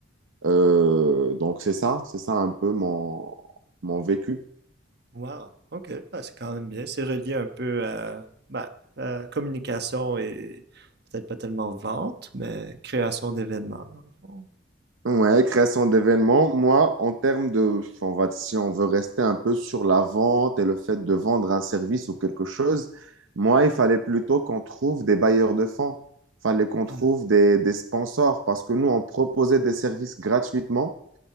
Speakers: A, on the right (about 75°); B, on the right (about 55°).
A: Euh, donc c'est ça, c'est ça un peu mon, mon vécu.
B: Wow, ok, bah, c'est quand même bien. C'est relié un peu à bah, euh, communication et peut-être pas tellement vente, mais création d'événements, dans le fond.
A: Ouais, création d'événements. Moi, en termes de, on va, si on veut rester un peu sur la vente et le fait de vendre un service ou quelque chose, moi, il fallait plutôt qu'on trouve des bailleurs de fonds, Il fallait qu'on
B: Hmm.
A: trouve des, des sponsors parce que nous, on proposait des services gratuitement